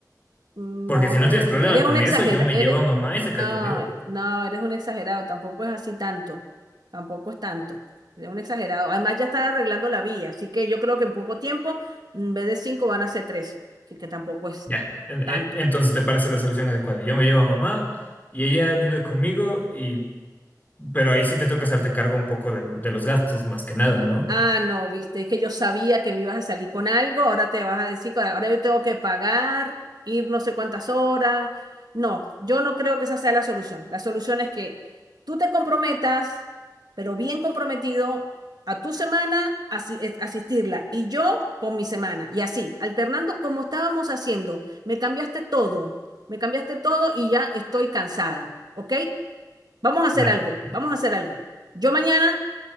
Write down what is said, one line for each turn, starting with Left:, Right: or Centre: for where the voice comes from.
Right: No,
Left: porque si no tienes problema
Right: eres
Left: con
Right: un exagerado,
Left: eso, yo me
Right: eres,
Left: llevo a mamá y se queda
Right: no,
Left: conmigo.
Right: no, eres un exagerado, tampoco es así tanto, tampoco es tanto, eres un exagerado. Además ya está arreglando la vía, así que yo creo que en poco tiempo, en vez de cinco van a ser tres, así que tampoco es
Left: Ya. En-
Right: tanto.
Left: en- Entonces te parece la solución adecuada. Yo me llevo a mamá y ella vive conmigo y... Pero ahí sí te toca hacerte cargo un poco del- de, los gastos, más que nada, ¿no?
Right: Ah, no, viste, es que yo sabía que me ibas a salir con algo, ahora te vas a decir que ahora yo tengo que pagar, ir no sé cuántas horas. No, yo no creo que esa sea la solución. La solución es que tú te comprometas, pero bien comprometido, a tu semana asi- eh, asistirla y yo con mi semana. Y así, alternando como estábamos haciendo. Me cambiaste todo, me cambiaste todo y ya estoy cansada, ¿ok? Vamos a hacer
Left: Ah,
Right: algo, vamos a hacer algo. Yo mañana...